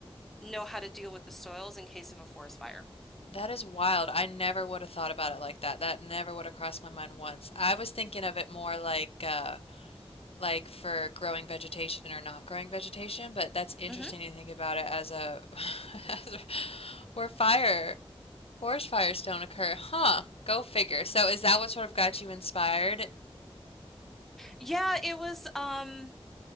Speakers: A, in the centre; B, on the left.
A: know how to deal with the soils in case of a forest fire.
B: That is wild. I never would have thought about it like that. That never would have crossed my mind once. I was thinking of it more like uh like for growing vegetation or not growing vegetation, but that's interesting
A: hmm
B: to think about it as a <laughs> as a, where fire Forest fires don't occur. Huh. Go figure. So is that what sort of got you inspired?
A: Yeah, it was. Um,